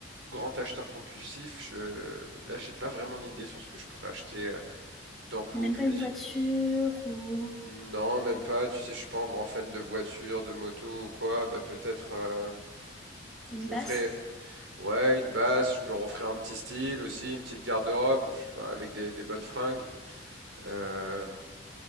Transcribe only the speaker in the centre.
Même
pas
une
voiture ou
une
basse?